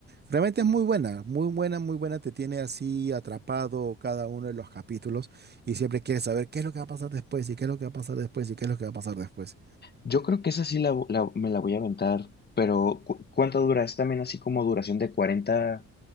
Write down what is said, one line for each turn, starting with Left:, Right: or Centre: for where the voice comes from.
Right: Realmente es muy buena, muy buena, muy buena. Te tiene así atrapado cada uno de los capítulos y siempre quieres saber qué es lo que va a pasar después y qué es lo que va a pasar después y qué es lo que va a pasar después.
Left: Yo creo que esa sí la, la- me la voy a aventar, pero cu- ¿cuánto dura? ¿Es también así como duración de cuarenta